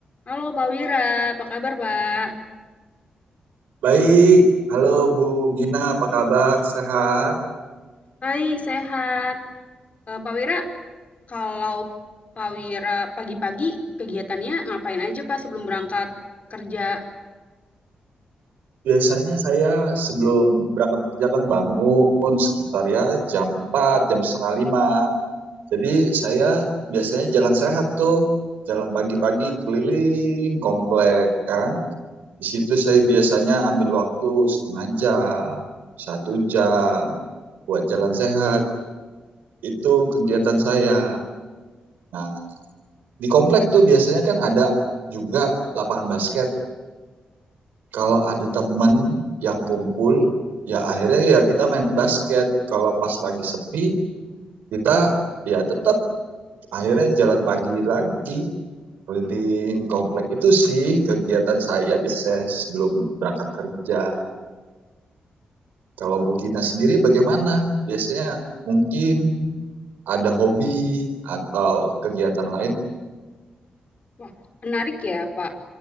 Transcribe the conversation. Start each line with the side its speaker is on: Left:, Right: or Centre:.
Left: Halo Pak Wira, apa kabar Pak?
Right: Baik, halo Bu Gina, apa kabar? Sehat?
Left: Baik, sehat. Eh, Pak Wira, kalau Pak Wira pagi-pagi kegiatannya ngapain aja Pak sebelum berangkat kerja?
Right: Biasanya saya sebelum berangkat kerja kan bangun sekitar ya jam 4, jam setengah lima. Jadi saya biasanya jalan sehat tuh, jalan pagi-pagi keliling komplek kan. Di situ saya biasanya ambil waktu setengah jam, satu jam buat jalan sehat. Itu kegiatan saya. Nah, di komplek tuh biasanya kan ada juga lapangan basket kalau ada teman yang kumpul ya akhirnya ya kita main basket kalau pas lagi sepi kita ya tetap akhirnya jalan pagi lagi keliling komplek itu sih kegiatan saya biasanya sebelum berangkat kerja kalau Bu Gina sendiri bagaimana biasanya mungkin ada hobi atau kegiatan lain
Left: Wah, menarik ya, Pak.